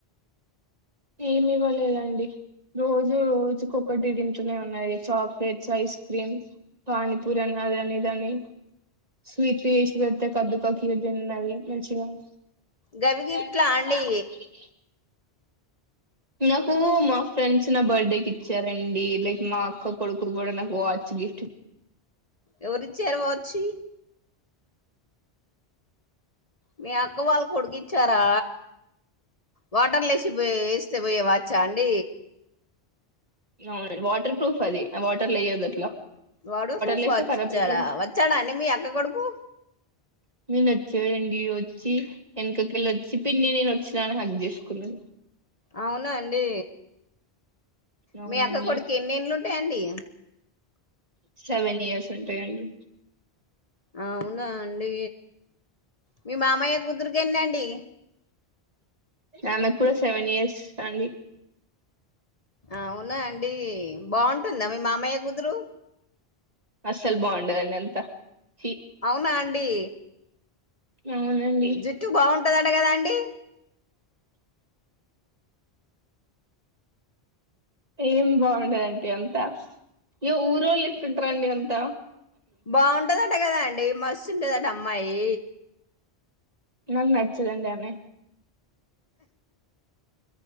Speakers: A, on the right; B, on the left.
A: ఏమి ఇవ్వలేదండి రోజు రోజుకొక్కటి తింటూనే ఉన్నాయి చాక్లెట్స్ ఐస్ క్రీమ్ పానీపూరి అని అదని ఇదాని స్వీట్లు చేసి పెడితే కద్దు పకిీ తినాధి మంచిగా <unintelligible>
B: గవి గిఫ్ట్లా అండి
A: నాకు మా ఫ్రెండ్స్ నా బర్త్డేకి ఇచ్చారండి లైక్ మా అక్క కొడుకులు కూడా నాకు వాచ్ గిఫ్ట్ ఇ
B: ఎవరిచ్చారు వచ్చీ మీ అక్క వాళ్ళు కొడికిచ్చారా వాటర్లు వేసిపో వేస్తే పోయేవాచ్చా అండి
A: అవునండి వాటర్ ప్రూఫ్ అది వాటర్లు వేయ్యదు అట్లా
B: వాటర్ ప్రూప్
A: లో వేస్తే
B: వాచ్
A: కరాబ్
B: ఇచ్చాడా
A: అయితది
B: వచ్చాడా అండి మీ అక్క కొడుకు
A: <unintelligible> మీ నచ్చేడండి వచ్చి వెనకకి వెళ్ళి వచ్చి పిన్ని నేను వచ్చినాని హాగ్ చేసుకున్నాడు
B: అవునా అండి
A: అవునండి
B: మీ అక్క కొడుకు ఎన్ని ఏళ్ళు ఉంటాయండి
A: సెవెన్ ఇయర్స్ ఉంటాయండీ
B: అవునా అండి మీ మామయ్య కూతురుకెన్నండి
A: ఆమె కూడా సెవెన్ ఇయర్స్ అండి
B: అవునా అండి బాగుంటుందా మీ మామయ్య కూతురు
A: అస్సలు బాగుండదండి అంత ఛీ
B: అవునా అండి
A: అవునండి
B: జుట్టు బాగుంటుందట కదా అండి
A: ఏం బాగుండదంటీ అంతా ఇయ్యో ఊరు వాళ్ళు ఎట్టుంటరు అండి అంత
B: బాగుంటదట కదా అండి మస్తు ఉంటదట అమ్మాయి
A: నాకు నచ్చదండి ఆమె